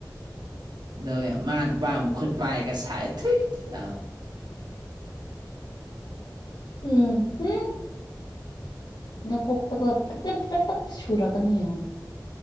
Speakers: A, on the right; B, on the left.
A: ꯑꯗꯨꯒ ꯃꯥ ꯅꯨꯄꯥ ꯃꯈꯠ ꯄꯥꯏꯔꯒ ꯁꯥꯏ ꯊꯨꯏ ꯂ
B: ꯎꯝ ꯍꯝ ꯅꯀꯣꯛ ꯇꯣ ꯇꯀꯠ ꯇꯦꯠ ꯇ ꯁꯨꯔꯜꯀꯅꯤ